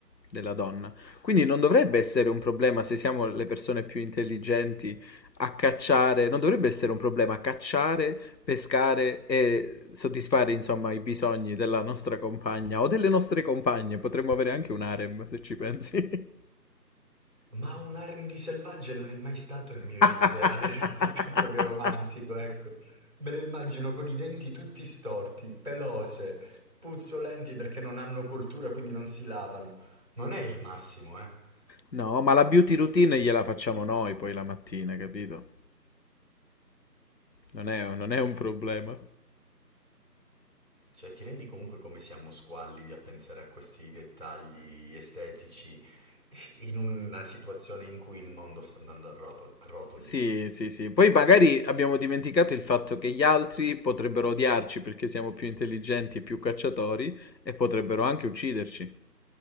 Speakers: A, on the left; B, on the right.
A: della donna. Quindi non dovrebbe essere un problema se siamo le persone più intelligenti a cacciare, non dovrebbe essere un problema cacciare, pescare e soddisfare insomma i bisogni della nostra compagna o delle nostre compagne. Potremmo avere anche un harem se ci pensi.
B: Ma un R&B selvaggia non è mai stato il mio ideale
A: <laughs>
B: <laughs> proprio romantico, ecco. Me le immagino con i denti tutti storti, pelose, puzzolenti perché non hanno cultura, quindi non si lavano. Non è il massimo, eh.
A: No, ma la beauty routine gliela facciamo noi poi la mattina, capito? Non è, non è un problema.
B: Cioè, ti rendi comunque come siamo squallidi a pensare a questi dettagli estetici in una situazione in cui il mondo sta andando a ropo- a rotoli.
A: Sì, sì, sì. Poi magari abbiamo dimenticato il fatto che gli altri potrebbero odiarci perché siamo più intelligenti e più cacciatori e potrebbero anche ucciderci